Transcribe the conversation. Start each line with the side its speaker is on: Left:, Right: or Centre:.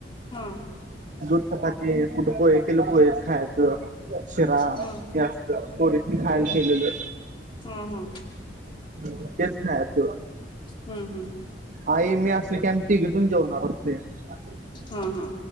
Left: हा
Right: दूध चपाती कुठं कोय एक किलो पोहेच खायाचं. शिरा
Left: हा
Right: <unintelligible> मी खायालाकेलेलं.
Left: हा हा
Right: <inaudible> तेच खायाचं
Left: हूं हूं
Right: आई, मी असली की आम्ही तिघे पण जेवणार असतुया.
Left: हा हा